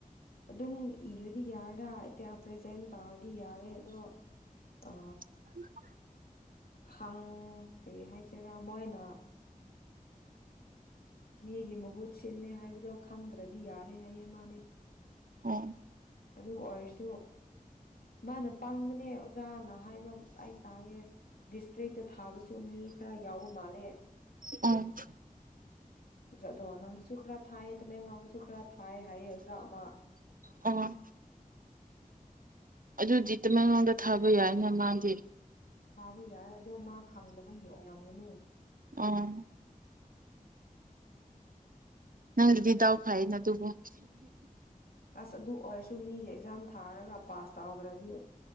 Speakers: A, on the left; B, on the right.
A: ꯑꯗꯨꯝ ꯏ ꯑꯗꯨꯗꯤ ꯌꯥꯔꯗꯇ ꯄ꯭ꯔꯖꯦꯟ ꯇꯧꯔꯗꯤ ꯌꯥꯔꯦ ꯑꯗꯣ ꯑ
B: <unintelligible>
A: ꯍꯪ ꯀꯔꯤ ꯍꯥꯏꯁꯤꯔꯥ ꯃꯣꯏꯅ ꯃꯤꯒꯤ ꯃꯍꯨꯠ ꯁꯤꯟꯅꯦ ꯍꯥꯏꯕꯗꯣ ꯈꯪꯗ꯭ꯔꯗꯤ ꯌꯥꯔꯦ ꯍꯥꯏꯌꯦ ꯃꯥꯗꯤ
B: ꯎ
A: ꯑꯗꯨ ꯑꯣꯏꯔꯁꯨ ꯃꯥꯅ ꯄꯥꯡꯕꯅꯦ ꯑꯣꯖꯥꯅ ꯍꯥꯏꯕ ꯑꯩ ꯇꯥꯛꯑꯦ ꯗꯤꯁꯇ꯭ꯔꯤꯛꯇ ꯊꯥꯕꯁꯨ ꯃꯤ ꯈꯔ ꯌꯥꯎꯕ ꯃꯥꯜꯂꯦ
B: ꯎꯝ
A: ꯑꯣꯖꯥ ꯑꯗꯣꯋꯥ ꯅꯪꯗꯁꯨ ꯈꯔ ꯊꯥꯏꯌꯦ ꯇꯃꯦꯡꯂꯣꯡꯗꯁꯨ ꯈꯔ ꯊꯥꯏ ꯍꯥꯏꯌꯦ ꯑꯣꯖꯥ ꯑꯃ
B: ꯑ ꯑꯗꯨꯗꯤ ꯇꯃꯦꯡꯂꯣꯡꯗ ꯊꯥꯕ ꯌꯥꯏꯅ ꯃꯥꯗꯤ
A: ꯊꯥꯕ ꯌꯥꯏ ꯑꯗꯣ ꯃꯥ ꯈꯪꯗꯕ ꯍꯦꯛꯧꯂꯝꯒꯅꯤ
B: ꯑꯣ ꯅꯪꯒꯤꯗꯤ ꯗꯥꯎ ꯐꯩꯅ ꯑꯗꯨꯕꯨ
A: ꯑꯁ ꯑꯗꯨ ꯑꯣꯏꯔꯁꯨ ꯃꯤꯒꯤ ꯑꯦꯛꯖꯥꯝ ꯊꯥꯔꯒ ꯄꯥꯁ ꯇꯧꯗ꯭ꯔꯗꯤ